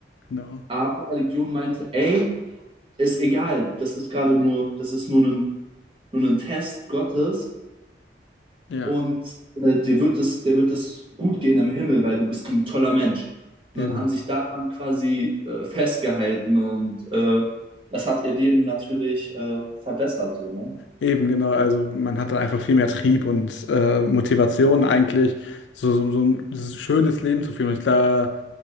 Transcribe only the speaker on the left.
Genau.
Ja,
eben.
Eben, genau. Also man hat dann einfach viel mehr Trieb und äh, Motivation eigentlich, so, so, so ein schönes Leben zu führen. Und klar,